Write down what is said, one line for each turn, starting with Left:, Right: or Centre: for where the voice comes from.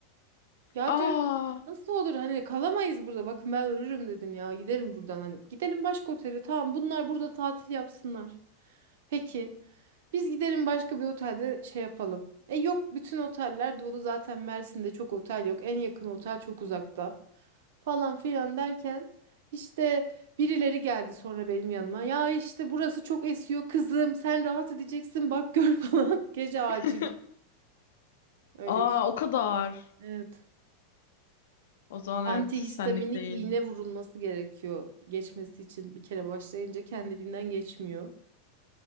Right: Ya
Left: Aa,
Right: diyorum nasıl olur hani kalamayız burada. Bakın ben ölürüm dedim ya. Giderim buradan hani. Gidelim başka otele. Tamam bunlar burada tatil yapsınlar. Peki. Biz gidelim başka bir otelde şey yapalım. E yok bütün oteller dolu zaten Mersin'de çok otel yok. En yakın otel çok uzakta. Falan filan derken işte birileri geldi sonra benim yanıma. Ya işte burası çok esiyor kızım. Sen rahat edeceksin bak gör <laughs> falan. Gece acil.
Left: <laughs>
Right: Öyle
Left: aa
Right: işte.
Left: o kadar.
Right: Evet.
Left: O zaman
Right: Antihistaminik
Left: evet senlik değil.
Right: iğne vurulması gerekiyor geçmesi için. Bir kere başlayınca kendiliğinden geçmiyor.